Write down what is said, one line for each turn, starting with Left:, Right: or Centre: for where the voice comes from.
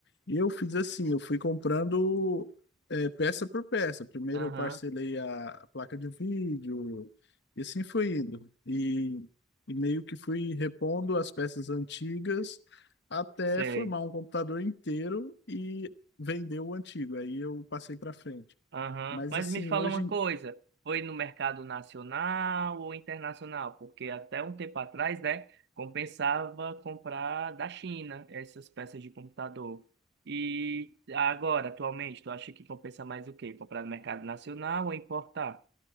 Left: Eu fiz assim, eu fui comprando é, peça por peça. Primeiro
Right: Aham,
Left: eu parcelei a, a placa de vídeo, e assim foi indo. E, e meio que fui repondo as peças antigas até
Right: sei.
Left: formar um computador inteiro e vender o antigo. Aí eu passei para frente.
Right: Aham.
Left: Mas
Right: Mas
Left: assim,
Right: me fala
Left: hoje
Right: uma
Left: em
Right: coisa, foi no mercado nacional ou internacional? Porque até um tempo atrás, né, compensava comprar da China essas peças de computador. E agora, atualmente, tu acha que compensa mais o quê? Comprar no mercado nacional ou importar?